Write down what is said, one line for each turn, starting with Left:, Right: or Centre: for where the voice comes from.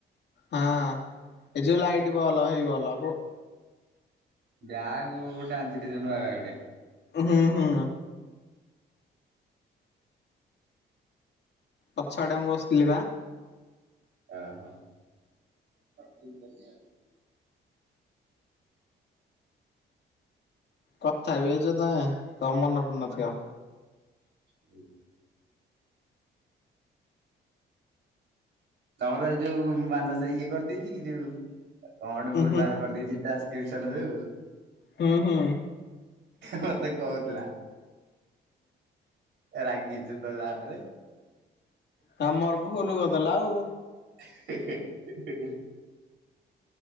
Left: ହଁ, ଏ ଯୋଉ ଲାଇଟ ବଲ ହେଇ ବଲ ଗୋ
Right: ବ୍ୟାଗ୍ ଗୋଟେ ଆଣିଥିଲି ଯୋଉ ନୁଆ ବ୍ୟାଗଟେ।
Left: ହୁଁ -ହୁଁ। ପଛଆଡେ ମୁଁ ବସିଥିଲି ପା
Right: ଆ ହାଁ, <inaudible>
Left: କଥା ବି ହେଇଛ ତମେ, ତମ ମନେ ପଡୁନଥିବ।
Right: ହୁଁ। ତମର ଏ ଯୋଉ ମାନସ ଭାଇ ଇଏ କରିଦେଇଛି କି ଯୋଉ କଣ
Left: ଉଁ
Right: ଗୋଟେ ଭୁଲଭାଲ୍
Left: ହୁଁ
Right: କରିଦେଇଛି ଟାସ୍କ? <unintelligible> ଯୋଉ?
Left: ହୁଁ- ହୁଁ।
Right: ମତେ କହୁଥିଲା। ରାଗିଚୁ ତ ତା ଉପରେ।
Left: ତମର ଭୁଲ କରିଦେଲା ଆଉ।
Right: ହେହେ, ହେହେହେ।